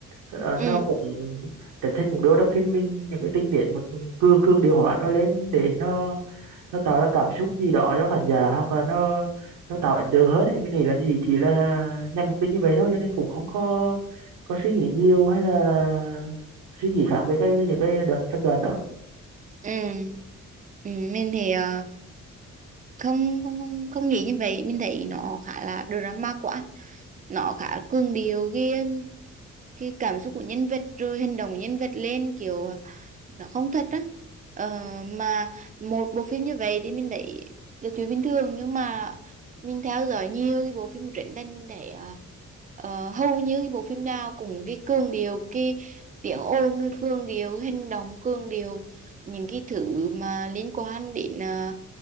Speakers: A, on the right (about 80°); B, on the right (about 25°).
A: Ờ, nó
B: ừ
A: cũng Trấn Thành cũng đưa vào trong phim mình những cái tình tiết mà cương cương điều hòa nó lên để nó nó tạo ra cảm xúc gì đó cho khán giả hoặc là nó nó tạo ấn tượng hơn ấy. Mình nghĩ là gì chỉ là nhằm mục đích như vậy thôi cho nên cũng không có có suy nghĩ nhiều hay là suy nghĩ khác về cái, cái những cái đoạn phân đoạn đó
B: ừ ừ mình thì ờ, không không không không nghĩ như vậy mình thấy nó khá là drama quá nó khá cường điệu cái cái cảm xúc của nhân vật rồi hành động của nhân vật lên kiểu nó không thật á ờ, mà một bộ phim như vậy thì mình thấy là chuyện bình thường nhưng mà mình theo dõi nhiều cái bộ phim của Trấn Thành mình thấy ờ, ờ, hầu như cái bộ phim nào cũng cái cường điệu cái tiếng ồn rồi cường điệu cái hành động cường điệu những cái thứ mà liên quan đến ờ,